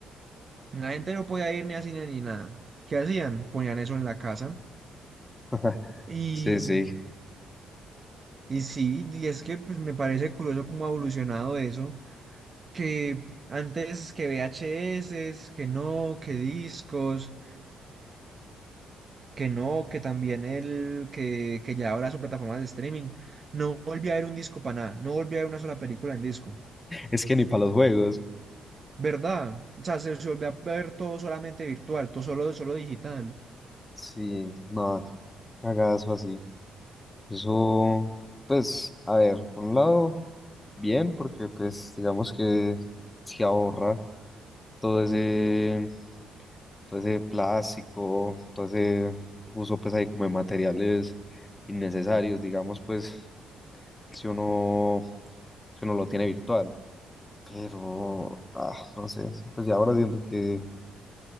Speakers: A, on the right (about 35°); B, on the left (about 15°).
A: la gente no podía ir ni a cine ni nada. ¿Qué hacían? Ponían eso en la casa.
B: <laughs>
A: Y,
B: Sí, sí.
A: y sí, y es que pues me parece curioso cómo ha evolucionado eso, que antes que VHS, que no, que discos, que no, que también el que, que ya ahora su plataforma de streaming. No volví a ver un disco para nada, no volví a ver una sola película en disco,
B: Es que ni para los juegos.
A: ¿verdad? O sea, se, se volvió a ver todo solamente virtual, todo solo, solo digital.
B: Sí, no, qué cagazo así. Eso, pues, a ver, por un lado, bien, porque pues digamos que se ahorra todo ese, todo ese plástico, todo ese uso pues ahí como de materiales innecesarios, digamos, pues, si uno, si uno lo tiene virtual. Pero, ah, no sé, pues ya ahora siento que